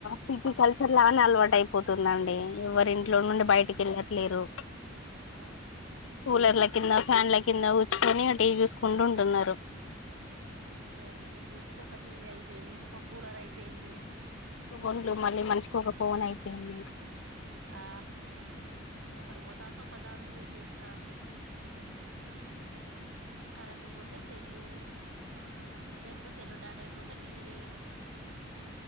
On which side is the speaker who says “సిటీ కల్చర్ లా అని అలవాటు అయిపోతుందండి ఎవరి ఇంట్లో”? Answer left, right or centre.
Left